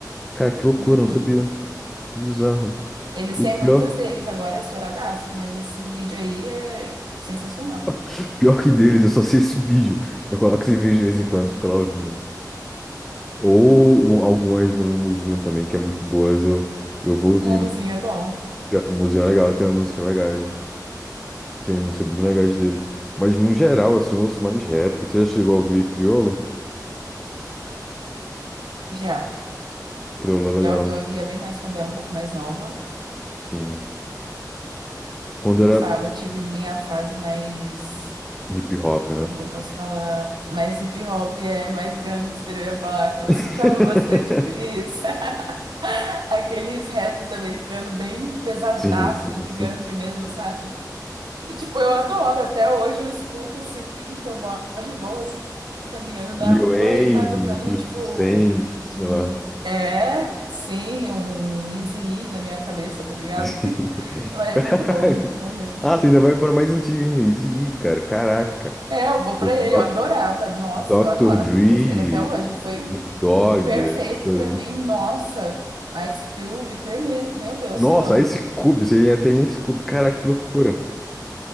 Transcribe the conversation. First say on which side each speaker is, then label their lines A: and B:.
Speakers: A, in the centre; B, on the right.
A: Cara, que loucura,
B: Uhum.
A: eu não sabia. Que bizarro.
B: Eles
A: E
B: têm
A: o pior,
B: muitas deles agora estouradaças, mas esse vídeo aí é sensacional.
A: <laughs> pior que deles, eu só sei esse vídeo. Eu coloco esse vídeo de vez em quando e fico lá ouvindo. Ou um- algumas no Muzinho também, que é muito boas, eu, eu vou ouvindo.
B: Mumuzinho é bom.
A: Pior que o Muzinho é legal, tem umas músicas legais. Tem umas músicas bem legais dele. Mas no geral, assim, eu ouço mais rap. Você já chegou a ouvir Criolo?
B: Já,
A: Criolo é
B: já
A: legal.
B: ouviu, eu via bem mais quando eu era um pouco mais nova.
A: Sim. Quando
B: Eu
A: era
B: gostava, eu tive minha fase mais.
A: hip hop, né?
B: Como que eu posso falar? Mais hip hop, é mais gangster. Eu ia falar que eu
A: <laughs>
B: <laughs> escutava bastante aqueles, <laughs> aqueles raps americanos bem pesadaço
A: Sim, sim,
B: de
A: sim.
B: gangue mesmo, sabe? E tipo, eu adoro. Até hoje eu escuto assim, tô mó de boa, assim, caminhando na
A: Lil
B: rua
A: Wayne,
B: e tá tocando,
A: 50
B: tipo,
A: Cent, sei
B: um-
A: lá.
B: É, sim, um Eazy-E na minha cabeça, tá ligado?
A: <laughs>
B: Mas É
A: Caraca.
B: muito bom, muito bom mesmo.
A: Ah, você ainda vai para mais antigo ainda. Eazy-E, cara. Caraca.
B: É, eu vou
A: Do-
B: pra ele,
A: Do-
B: eu adorava. Nossa,
A: Dr.
B: eu adoro
A: Dre,
B: as músicas dele até hoje. Foi
A: Snoop Dogg,
B: perfeito
A: essas coisas,
B: pra mim.
A: né?
B: Nossa, Ice Cube, perme... meu Deus,
A: Nossa,
B: eu amo.
A: Ice Cube. Você até Ice Cube. Caraca, que loucura.